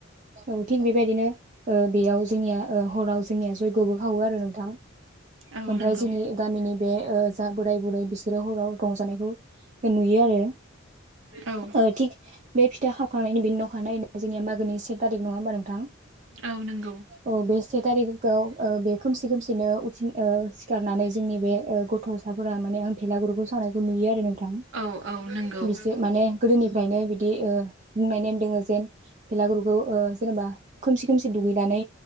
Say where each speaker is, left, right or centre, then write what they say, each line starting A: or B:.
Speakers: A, on the right (about 35°); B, on the right (about 70°).
A: औ थिग बेबायदिनो ओ बेयाव जोंनिया ओ हराव जोंनिया जयग'बो खावो आरो नोंथां
B: औ
A: ओमफ्राय
B: नंगौ
A: जोंनि गामिनि बे ओ जा बोराय बुरै बिसोरो हराव रंजानायखौ नुयो आरो
B: औ
A: ओ थिग बे फिथा खावखांनायनि बेनि <unintelligible> नि सेग थारिख नङा होमबा नोंथां
B: औ नंगौ
A: <inaudible> अ बे से थारिखौ ओ बे खोमसि खोमसिनो उथि ओ सिखारनानै जोंनि बे गथ'साफोरा माने आं भेलागुरुखौ सावनायखौ नुयो आरो नों थां
B: औ औ नंगौ औ नंगौ
A: <unintelligible> बिसे माने गोदोनिफ्रायनो बिदि ओ बुंनायनेम दोङ जेन फेलागुरुखौ ओ जेनेबा खोमसि खोमसि दुगैनानै